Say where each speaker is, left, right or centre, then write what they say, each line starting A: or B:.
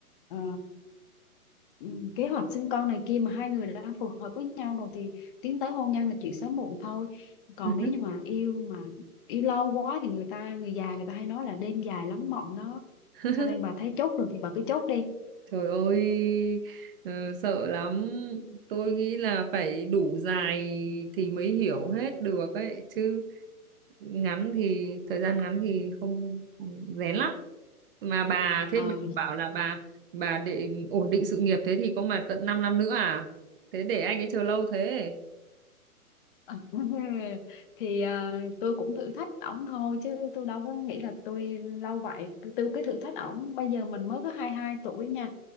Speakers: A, on the left; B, on the right.
A: ờ, ừ, kế hoạch sinh con này kia Mà hai người đã phù hợp với nhau rồi Thì tiến tới hôn nhân là chuyện sớm muộn thôi Còn
B: ừ.
A: nếu như mà yêu mà Yêu lâu quá thì người ta Người già người ta hay nói là đêm dài lắm mộng đó
B: <laughs>
A: Cho nên bà thấy chốt được thì bà cứ chốt đi
B: Trời ơi, ờ, sợ lắm. Tôi nghĩ là phải đủ dài thì mới hiểu hết được ấy, chứ ngắn thì thời gian ngắn thì không rén lắm. Mà bà thế
A: Ờ
B: bà bảo là bà bà để ổn định sự nghiệp thế thì có mà tận 5 năm nữa à? Thế để anh ấy chờ lâu thế.
A: Ờ, <laughs> thì ờ, tôi cũng thử thách ổng thôi chứ tôi đâu có nghĩ là tôi lâu vậy tôi, tôi cứ thử thách ổng bây giờ mình mới có 22 tuổi nha